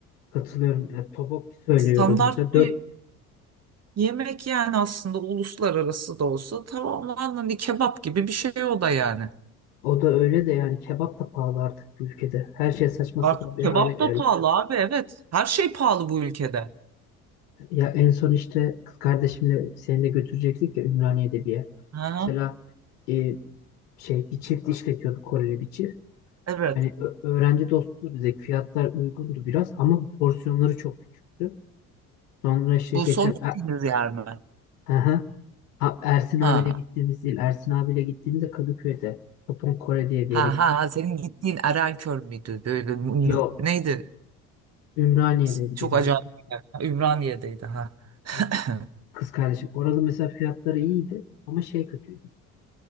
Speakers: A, on the left; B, on the right.
A: Katılıyorum. Ya tobok söylüyoruz
B: Standart
A: mesela. Dört,
B: bir yemek yani aslında uluslararası da olsa tamamen hani kebap gibi bir şey o da yani.
A: o da öyle de yani kebap da pahalı artık bu ülkede. Her şey saçma
B: Artık
A: sapan bir
B: kebap
A: hale geldi.
B: da pahalı abi evet. Her şey pahalı bu ülkede.
A: Ya en son işte kız kardeşimle seni de götürecektik ya Ümraniye'de bir yer.
B: Ha,
A: Mesela e, şey bir çift işletiyordu Koreli bir çift.
B: evet.
A: Hani ö- öğrenci dostu dedik. Fiyatlar uygundu biraz ama porsiyonları çok küçüktü. Sonra işte
B: Bu
A: geçen
B: son gittiğiniz yer mi?
A: Aha. A- Ersin
B: Ha.
A: abiyle gittiğimiz değil. Ersin abiyle gittiğimizde Kadıköy'de. Topun Kore diye bir
B: Ha
A: yere gittik.
B: ha ha. senin gittiğin Erenköy müydü? Böyle m-
A: Yo,
B: m- neydi?
A: Ümraniye'deydi
B: S- Çok
A: bizim
B: acayip
A: gittiğimiz.
B: bir yer. Ha, Ümraniye'deydi ha. <laughs>
A: Aha. Kız kardeşim. Orada mesela fiyatları iyiydi ama şey kötüydü.